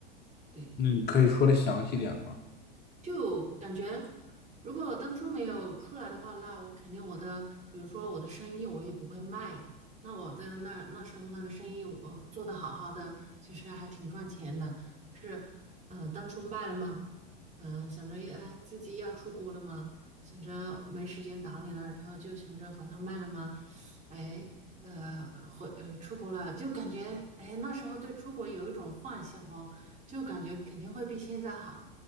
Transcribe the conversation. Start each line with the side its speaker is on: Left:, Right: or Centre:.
Right: 对。
Left: 那你可以说的详细点吗？
Right: 就感觉，如果我当初没有出来的话，那我肯定我的，比如说我的生意我也不会卖。那我的那那时候那个生意我做的好好的，其实还挺赚钱的。就是，嗯、当初卖了嘛，嗯、想着哎自己要出国了嘛，想着没时间打理了，然后就想着把它卖了嘛，哎，呃，回呃出国了，就感觉哎那时候对出国有一种幻想哦，就感觉肯定会比现在好。